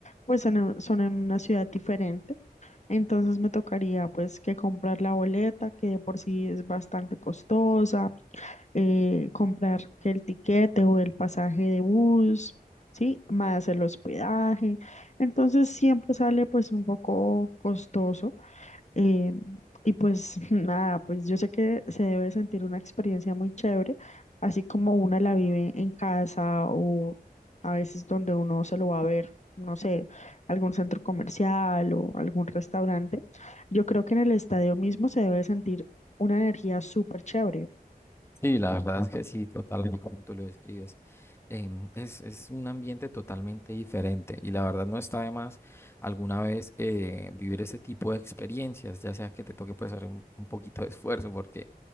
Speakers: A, on the left; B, on the left.
A: pues son en, son en una ciudad diferente. Entonces me tocaría pues que comprar la boleta que de por sí es bastante costosa eh, comprar que el tiquete o el pasaje de bus, ¿sí? Más el hospedaje. Entonces siempre sale pues un poco costoso. eh, y pues <laughs> nada, pues yo sé que se debe sentir una experiencia muy chévere, así como una la vive en casa o a veces donde uno se lo va a ver. no sé, algún centro comercial o algún restaurante, yo creo que en el estadio mismo se debe sentir una energía súper chévere.
B: Sí, la verdad es que sí, totalmente como tú lo describes. Em, es, es un ambiente totalmente diferente y la verdad no está de más alguna vez eh, vivir ese tipo de experiencias, ya sea que te toque pues hacer un, un poquito de esfuerzo porque